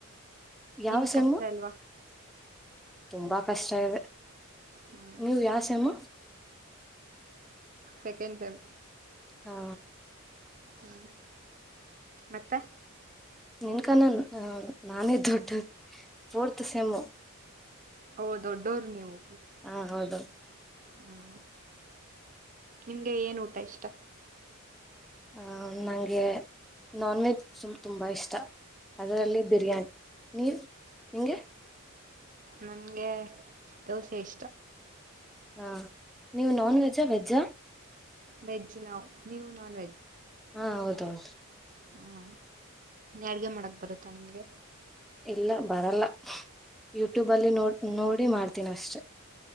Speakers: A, in the centre; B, on the right (about 35°).
A: ಯಾವ
B: ನಿಮ್
A: ಸೆಮ್ಮು
B: ಕಷ್ಟ ಅಲ್ವಾ
A: ತುಂಬಾ ಕಷ್ಟ ಇದೆ
B: ಹ್ಮ್
A: ನೀವು ಯಾವ ಸೇಮ್
B: ಸೆಕೆಂಡ್ ಸೆಮ್
A: ಹಾ
B: ಹ್ಮ್ ಮತ್ತೆ.
A: ನಿನ್ಕಾನ ನಾನೇ ದೊಡ್ಡ ಫೋರ್ತ್ ಸೆಮ್ಮು.
B: ಹೌದು ದೊಡ್ಡೋರು ನೀವು.
A: ಹಾ ಹೌದು.
B: ಹ್ಮ ನಿಮ್ಗೆ ಏನ್ ಊಟ ಇಷ್ಟ.
A: ಆ ನಂಗೆ ನಾನ್ ವೆಜ್ ತುಂಬಾ ಇಷ್ಟ ಅದರಲ್ಲಿ ಬಿರಿಯಾನಿ ನೀವ್ ನೀ ನಿಂಗೆ.
B: ನನ್ಗೆ ದೋಸೆ ಇಷ್ಟ.
A: ಹಾ ನೀವು ನಾನ್ ವೆಜ್ಜಾ ವೆಜ್ಜಾ.
B: ವೆಜ್ ನಾವು. ನೀವು ನಾನ್
A: ಹಾ ಹೌದೌದು.
B: ಹಾ ಅಡ್ಗೆ ಮಾಡಕ್ ಬರುತ್ತಾ ನಿಮ್ಗೆ.
A: ಇಲ್ಲ ಬರಲ್ಲ ಯೂಟ್ಯೂಬಲ್ಲಿ ನೋಡ್ ನೋಡಿ ಮಾಡ್ತೀನಿ ಅಷ್ಟೇ.